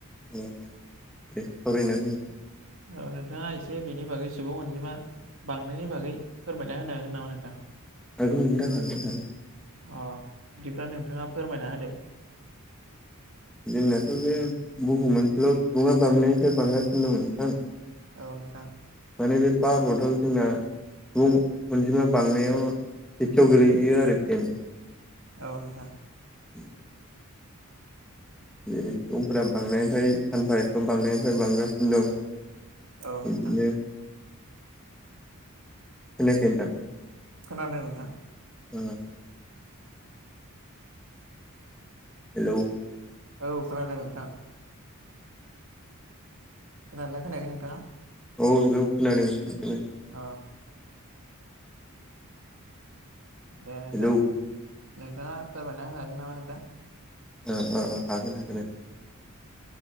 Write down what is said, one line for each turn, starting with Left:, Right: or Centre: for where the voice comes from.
Centre: अ दे सावरायना होनि
Right: औ नोंथाङा एसे बेनि बागै सुबुं अनजिमा बांनायनि बागै फोरमायना होनो हागोन नामा नोंथां
Centre: हागोन नोंथां हागोन हागोन
Right: अ बिदिब्ला नोंथाङा फोरमायना होदो
Centre: जोंनाथ' बे बुहुम ओनसोलाव सुबुङा बांनायनिफ्राय बांगासिनो दं नोंथां
Right: औ नोंथां
Centre: माने बे भारताव जोंना सुबुं अनजिमा बांनायाव सेथियाव गोलैहैयो आरोखि
Right: औ नोंथां
Centre: <inaudible> जेरै सुबुंफोरा बांनायनिफ्राय सानफा एफा बांनायनिफ्राय बांगासिनो दं बिदिनो
Right: औ नोंथां
Centre: खोनायाखै नोंथां
Right: खोनादों नोंथां
Centre: ओम हेलौ
Right: औ खोनादों नोंथां खोनादोंना खोनायाखै नोंथाङा
Centre: औ हेलौ खोनादों नोंथां खोनादों
Right: अ दे नोंथां
Centre: हेलौ
Right: नोंथाङा फोरमायना होनो हागोन नामा नोंथां
Centre: ओ ओ हागोन हागोन दे